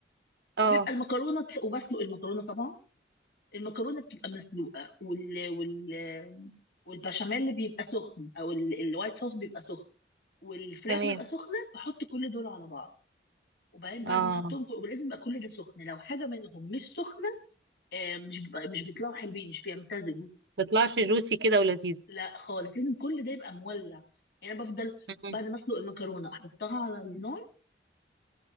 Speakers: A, on the right; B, on the left.
A: اه
B: وبيبقى المكرونه تس- وبسلق المكرونه طبعا المكرونه بتبقى مسلوقه وال وال والبشاميل اللي بيبقى سخن او ال- الوايت صوص بيبقى سخن والفراخ
A: تمام
B: بيبقى سخنه بحط كل دول على بعض وبعدين بعد
A: اه
B: ما احطهم كل... لازم يبقى كل ده سخن لو حاجه منهم مش سخنه آه، مش بيبقى- مش بيطلعوا حلوين مش بيمتزجوا
A: تطلعش جوسي كده ولذيذ
B: لا خالص لازم كل ده يبقى مولع يعني أنا بفضل
A: مم.
B: بعد ما اسلق المكرونه احطها على النار